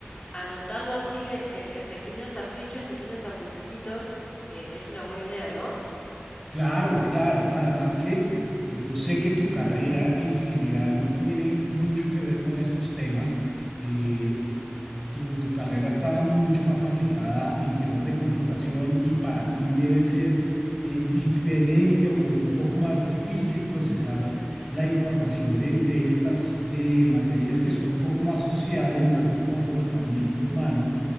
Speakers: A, on the left (about 25°); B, in the centre.
A: anotarlo así e- e- en, pequeños afiches, pequeños apuntecitos, eh, es una buena idea, ¿no?
B: Claro, claro. Además que pues, yo sé que tu carrera en general no tiene mucho que ver con estos temas. Eh, us- tu, tu carrera está mucho más aplicada en temas de computación y para ti debe ser eh, diferente o un poco más difícil procesar la información de, de estas eh, materias que son un poco más sociales, más de comportamiento humano.